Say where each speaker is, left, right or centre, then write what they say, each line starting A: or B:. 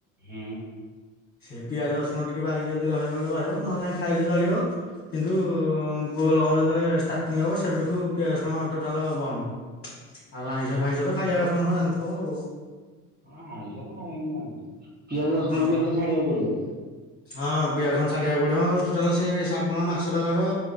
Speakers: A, on the right (about 20°); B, on the left (about 30°).
A: ହୁଁ।
B: ସେ ପିଆଜ ରଶୁଣ ଟିକିଏ ବାରିକି ଯଦି ରହିବ ବୋଲେ ରହିବ ନହେଲେ ନାଇ ଖାଇଲେ ଚଳିବ। କିନ୍ତୁ ବୋଲବମ ଯେତେଳେ ଷ୍ଟାର୍ଟିଂ ହେବ ସେବେଠୁ ପିଆଜ ରଶୁଣ ଟୋଟାଲ ବନ୍ଦ। ଆଉ ଆଇଁଷ ଫାଇଁଷ ତ ଖାଇବା କଥା ନୁହେଁ ଜାଣିଥିବ ଆଉ
A: ହ ଆଇଁଷ ତ ଖାଇ ବନି ମୁଁ ଜାଣିଛି। ପିଆଜ ରସୁଣ
B: ଆଉ।
A: ବି ହେଲେ ଛାଡିବାକୁ ପଡିବ?
B: ହଁ ପିଆଜ ରଶୁଣ ଛାଡିବାକୁ ପଡିବ ଟୋଟାଲ ସେ ଶ୍ରାବଣ ମାସଟା ଯାଙ୍କ